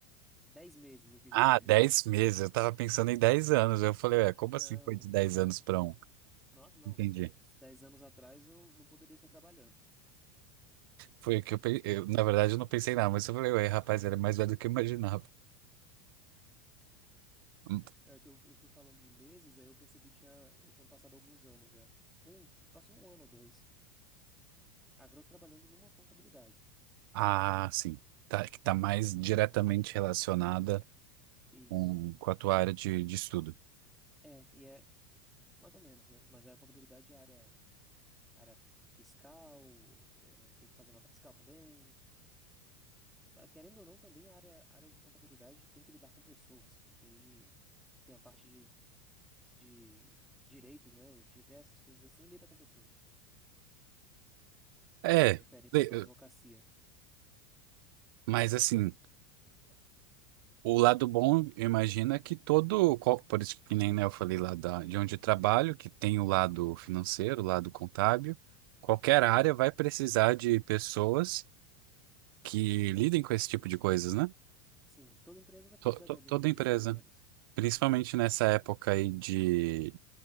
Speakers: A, in the centre; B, on the right (about 70°).
A: Dez meses, eu quis
B: ah,
A: dizer.
B: dez meses. Eu tava pensando em 10 anos. Eu falei, ué, como
A: <laughs> Não,
B: assim foi de dez anos pra um?
A: nossa, não.
B: Entendi.
A: s- Dez anos atrás eu não poderia estar trabalhando.
B: Foi que eu, pe- eu, na verdade, eu não pensei nada, mas eu falei, ué, rapaz, era mais velho do que eu imaginava. Hum,
A: É que eu, fu- eu fui falando de meses, aí eu percebi que já, já tinham passado alguns anos já. Um, passou um ano ou dois. Agora eu tô trabalhando numa contabilidade.
B: Ah, sim. Tá, que tá mais diretamente relacionada
A: Isso.
B: com, com a tua área de de estudo.
A: É, e é mais ou menos, né? Mas é a contabilidade de área, área fiscal, é, tem que fazer nota fiscal também. Ah, Querendo ou não, também a área, área de contabilidade tem que lidar com pessoas, porque aí tem a parte de, de direitos, né? FGTS, essas coisas assim, lida com pessoas.
B: É,
A: É diferente
B: le-
A: de uma
B: eh,
A: advocacia.
B: mas assim, o lado bom, imagina que todo, qual- por isso que nem né, eu falei lá da, de onde eu trabalho, que tem o lado financeiro, o lado contábil, qualquer área vai precisar de pessoas que lidem com esse tipo de coisas, né?
A: Sim, toda empresa vai precisar
B: To- to-
A: de alguém
B: toda
A: que lide
B: empresa,
A: com números.
B: principalmente nessa época aí de,